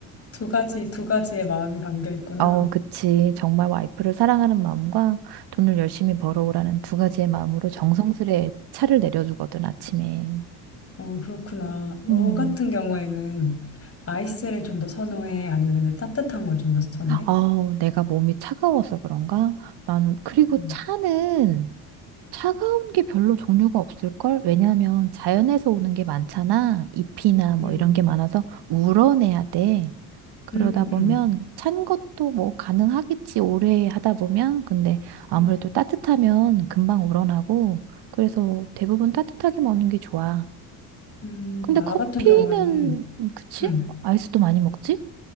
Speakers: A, on the left (about 30°); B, on the right (about 60°).
A: 두 가지, 두 가지의 마음이 담겨 있구나.
B: 어, 그치. 정말 와이프를 사랑하는 마음과 돈을 열심히 벌어오라는 두 가지의 마음으로 정성스레 차를 내려주거든, 아침에.
A: 어, 그렇구나. 너
B: 음.
A: 같은 경우에는 아이스를 좀 더 선호해? 아니면 따뜻한 걸 좀 더 선호해?
B: 아우, 내가 몸이 차가워서 그런가? 나는, 그리고
A: 음,
B: 차는 차가운 게 별로 종류가 없을걸? 왜냐면 자연에서 오는 게 많잖아. 잎이나 뭐
A: 음,
B: 이런 게 많아서 우러내야 돼. 그러다
A: 음, 음,
B: 보면
A: 음,
B: 찬 것도 뭐 가능하겠지. 오래 하다 보면. 근데 아무래도
A: 음.
B: 따뜻하면 금방 우러나고. 그래서 대부분 따뜻하게 먹는 게 좋아.
A: 음,
B: 근데
A: 나
B: 커피는,
A: 같은 경우에는,
B: 그치?
A: 음.
B: 아이스도 많이 먹지?